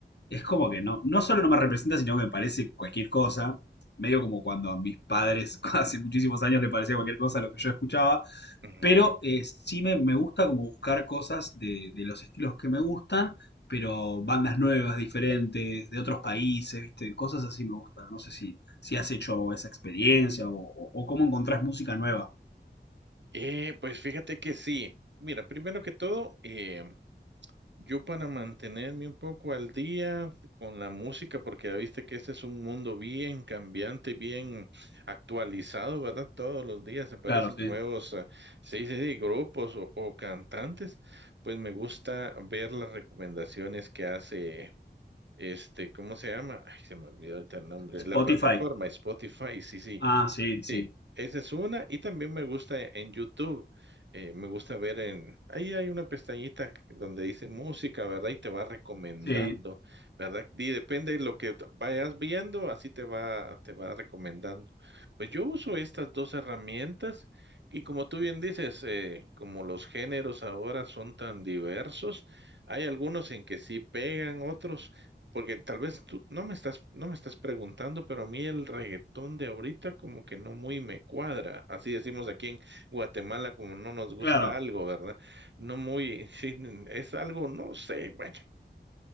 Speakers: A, on the left (about 65°); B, on the right (about 75°).
A: es como que no, no solo no me representa, sino que me parece cualquier cosa. Medio como cuando a mis padres <laughs> hace muchísimos años le parecía cualquier cosa lo que yo escuchaba.
B: ujú.
A: Pero eh, sí me, me gusta como buscar cosas de, de los estilos que me gustan, pero bandas nuevas, diferentes, de otros países, ¿viste? Cosas así me gustan. No sé si, si has hecho esa experiencia o, o- o cómo encontrás música nueva.
B: Eh, pues fíjate que sí. Mira, primero que todo, eh, yo para mantenerme un poco al día con la música, porque ya viste que este es un mundo bien cambiante, bien actualizado, ¿verdad? Todos los días aparecen
A: Claro, sí.
B: nuevos, eh, sí, sí, sí, grupos o, o cantantes. Pues me gusta ver las recomendaciones que hace. Este, ¿cómo se llama? Ay, se me olvidó ahorita el nombre.
A: Spotify.
B: La plataforma Spotify, sí, sí,
A: Ah, sí, sí.
B: sí. Esa es una. Y también me gusta e- en YouTube. eh, me gusta ver en... Ahí hay una pestañita donde dice música, ¿verdad? Y te va recomendando,
A: Sí,
B: ¿verdad? Y depende de lo que t- vayas viendo, así te va, te va recomendando. Pues yo uso estas dos herramientas y como tú bien dices, eh, como los géneros ahora son tan diversos, hay algunos en que sí pegan, otros porque tal vez tú no me estás, no me estás preguntando, pero a mí el reggaetón de ahorita como que no muy me cuadra. Así decimos aquí en Guatemala, como no nos gusta
A: claro.
B: algo, ¿verdad? No muy, <laughs> sí, es algo, no sé, bueno,